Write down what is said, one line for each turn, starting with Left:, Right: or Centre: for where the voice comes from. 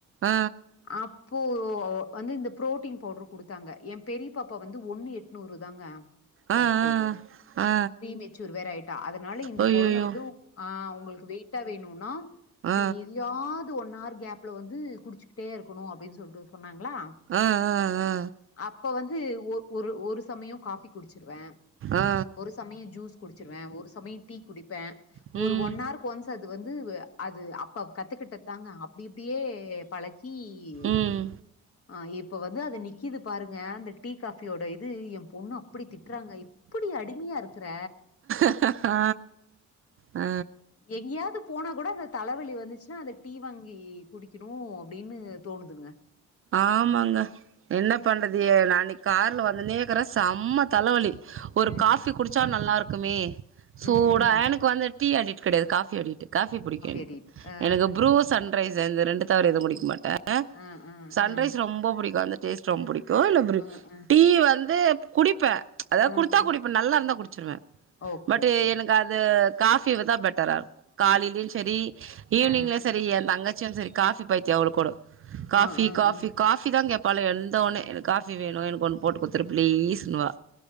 Right: ஆ
Left: அப்போ வந்து இந்த புரோட்டீன் பவ்டுரு குடுத்தாங்க ஏ பெரி பாப்பா வந்து ஒன்னு எட் நூரு தாங்க
Right: ஆ
Left: பர்த் வெயிட்டு.
Right: ஆ ஆ
Left: ப்ரீமெச்சூர் வேற ஆய்ட்டா அதனால இந்த
Right: அய்யய்யோ
Left: கொழந்த வந்து ஆ உங்குளுக்கு வெய்ட்டா வேணுனா
Right: ஆ
Left: எதயாது ஒன் ஆர் கேப்ல வந்து குடிச்சிக்கிட்டே இருக்கணோ அப்டின்னு சொல்ட்டு சொன்னாங்களா
Right: ஆ ஆ ஆ
Left: அப்ப வந்து ஒ ஒரு ஒரு சமயோம் காஃபி குடிச்சிருவே
Right: ஆ
Left: ஒரு சமயோ ஜூஸ் குடிச்சிருவே ஒரு சமயோ டீ குடிப்பே
Right: ம்
Left: ஒரு ஒன் ஆர் கு ஒன்ஸ் அது வந்து அது அப்ப கத்துக்கிட்டது தாங்க அப்டி இப்டியே டீய்யு
Right: ம்
Left: ஆ இப்போ வந்து அது நிக்கிது பாருங்க அந்த டீ காஃபியோட இது எம் பொண்ணு அப்டி திட்றாங்க இப்டி அடிமயா இருக்குற
Right: அஹ ஆ
Left: எங்கேயாவது போனா கூட அந்த தலவலி வந்துச்சுன்னா அத டீ வாங்கி குடிக்கணோ அப் டீன்னு தோணுதுங்க
Right: ஆமாங்க என்ன பண்றது
Left: அது
Right: எ நா அன்னைக்கு கார்ல வந்தனேக்கற சம்ம தலவலி ஒரு
Left: ம்
Right: காஃபி குடிச்சா நல்லா இருக்குமே சூடா
Left: ம் ம்
Right: எனக்கு வந்து டீ அடிட் கெடயாது காஃபி அடிட்டு காஃபி புடிக்கோ எனக்கு
Left: அடிட் அ
Right: எனக்கு ப்ரூ சன் ரைஸ் இந்த ரெண்டு தவற எதும் குடிக்க மாட்ட
Left: அ அ
Right: சன்ரைஸ்
Left: அ
Right: ரொம்ப புடிக்கோ அந்த டேஸ்ட் ரொம் புடிக்கோ இல்ல ப்ரூ
Left: அ அ
Right: டீ வந்து குடிப்ப அதா
Left: அ
Right: குடுத்தா
Left: அ
Right: குடிப்ப நல்லாருந்தா குடிச்சிருவ
Left: ஓகே
Right: பட்
Left: ஓகே
Right: எனக்கு த அது காஃபிதா பெட்டராருக்கோ காலைலயு சரி ஈவ்னிங்லியு
Left: ஆ
Right: சரி எந்தங்கச்சியு சரி காஃபி பைத்திய அவ்ளுக் கூடோ
Left: அ
Right: காஃபி
Left: அ
Right: காஃபி
Left: அ
Right: காஃபி தா கேப்பாலுக வந்த ஒன்னே எனக்கு காஃபி வேணோ எனக்கு ஒன்னு போட்டு குத்துரு ப்ளீஸ்னுவா